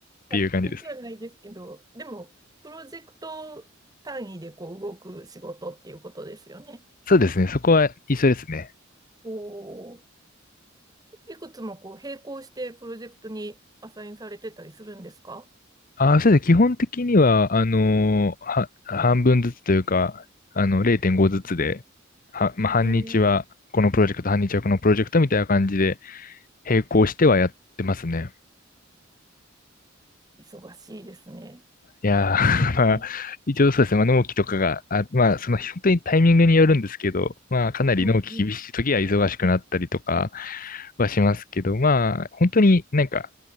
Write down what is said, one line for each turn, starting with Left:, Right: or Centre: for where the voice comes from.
Right: まあ似てはないですけど、
Left: ていう感じです。
Right: でも、プロジェクト単位でこう動く仕事っていうことですよね。
Left: そうですね、そこは一緒ですね。
Right: おお。いくつもこう並行してプロジェクトにアサインされてたりするんですか
Left: ああ、そうですね基本的には、あのーは、半分ずつというか、あの、0.5ずつで、は、まあ、半日はこのプロジェクト、
Right: へえ、
Left: 半日はこのプロジェクトみたいな感じで、並行してはやってますね。
Right: 忙しいですね。
Left: いやー、<laughs>
Right: 大変だ。
Left: まあ、一応そうですね。まあ、納期とかが、あ、まあ、その、本当にタイミングによるんですけど、まあ、かなり納期厳しい時は忙しくなったりとか
Right: うんうん。
Left: はしますけど、まあ、本当になんか、